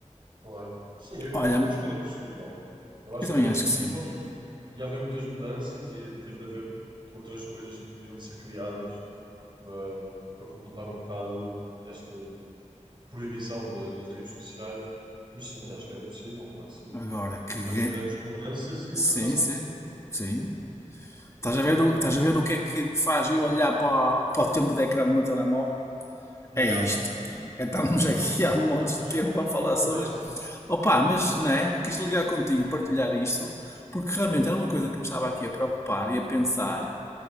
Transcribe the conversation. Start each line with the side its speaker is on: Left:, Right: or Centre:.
Right: claro. Sim, eu,
Left: Olha,
Right: eu acho que era possível. Eu acho
Left: eu também
Right: que era
Left: acho
Right: possível
Left: que sim.
Right: e ia haver muitas mudanças, ia ter de haver outras coisas que teriam de ser criadas para, para completar um bocado esta proibição da- das redes sociais. Mas sim, acho que era possível, claro que sim.
Left: Agora que.
Right: Já tivemos grandes mudanças e
Left: Sim,
Right: ultrapassámos.
Left: sim. Sim. Estás a ver o, estás a ver o que é que faz eu olhar para, o- para o tempo de ecrã do meu telemóvel?
Right: Yeah.
Left: É isto. É estarmos aqui há montes
Right: Não, mas
Left: de tempo
Right: foi
Left: a
Right: uma
Left: falar
Right: boa conversa.
Left: sobre isto. Opa, mas não é? Quis ligar contigo, partilhar isto, porque realmente era uma coisa que me estava aqui a preocupar e a pensar,